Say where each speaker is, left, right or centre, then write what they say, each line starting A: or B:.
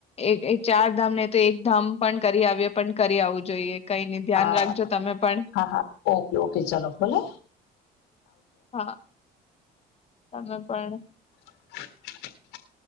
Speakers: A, on the left; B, on the left.
A: એક ચાર ધામ ને તો એક એક ધામ પણ કરી આવીએ પણ કરી આવું જોઈએ. કઈ નઈ ધ્યાન
B: હા
A: રાખજો તમે પણ
B: હા હા ઓકે ઓકે ચલો ભોલે.
A: હા તમે પણ
B: <inaudible>